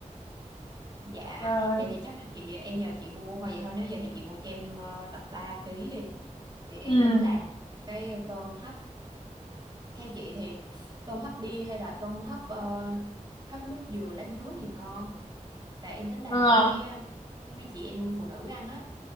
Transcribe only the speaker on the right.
dạ
vậy thì chắc là chị em nhờ chị mua thôi vậy thôi nếu vậy thì chị mua cho em ờ, tầm 3 ký đi thì em
tính làm cái tôm hấp theo chị thì tôm hấp bia hay là tôm hấp ờ, hấp nước dừa lá dứa thì ngon tại em tính làm
cho mấy ờ, mấy mấy chị em phụ nữ ăn á